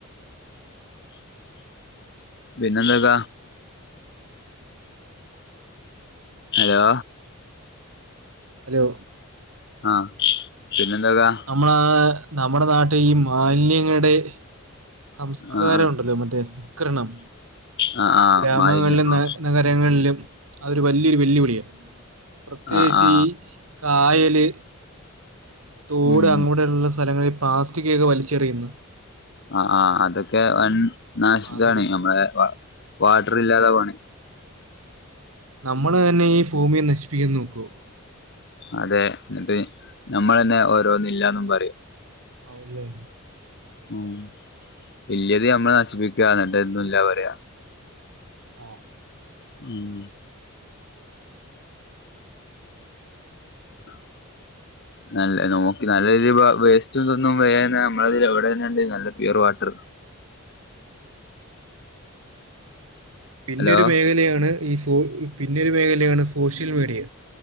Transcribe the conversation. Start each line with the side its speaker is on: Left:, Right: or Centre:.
Left: പിന്നെന്തത ഹലോ
Right: ഹലോ
Left: ആഹ് പിന്നെ എന്തെക്കാ
Right: നമ്മള നമ്മുടെ നാട്ടിൽ ഈ മാലിന്യങ്ങളുടെ സംസ്കാരം
Left: ആ
Right: ഉണ്ടല്ലോ മറ്റേ സംസ്കരണം
Left: ആ ആ
Right: ഗ്രാമങ്ങളിൽ
Left: മാലിന്യം ആ
Right: നഗരങ്ങളിലും അതൊരു വലിയൊരു വെല്ലുവിളിയാണ് പ്രത്യേകിച്ച്
Left: ആ ആ
Right: ഈ കായല് തോട്
Left: ഉം
Right: അങ്ങോടെ ഉള്ള സ്ഥലങ്ങളിൽ പ്ലാസ്റ്റിക്കൊക്കെ വലിച്ചെറിയുന്നു
Left: ആഹ് ആഹ് അതൊക്കെ വൻ നാശ്
Right: ആ,
Left: ഇതാണെ
Right: അതൊക്കെ
Left: നമ്മളെ വാട്ടർ ഇല്ലാതെ പോണ്
Right: നമ്മള് തന്നെ ഈ ഭൂമിയെ നശിപ്പിക്കൻ നോക്കുവാ
Left: അതെ എന്നിട്ട് നമ്മള് തന്നെ ഓരോന്നും ഇല്ലാന്നും പറയും
Right: ആവൂല്ലേ
Left: ഉം ഇല്യത് നമ്മ നശിപ്പിക്കുക എന്നിട്ട് ഒന്നുല്ലാ പറയാ
Right: ആഹ്
Left: ഉം <unintelligible> നല്ല നോക്കി നല്ലരീതി വ വേസ്റ്റും ഇതൊന്നും വേന്ന നമ്മളിതിൽ എവിടെ തന്നെണ്ട് നല്ല പ്യുവർ വാട്ടർ
Right: പിന്നൊരു
Left: ഹലോ
Right: മേഖലയാണ് ഈ സോ പിന്നൊരു മേഖലയാണ് സോഷ്യൽ മീഡിയ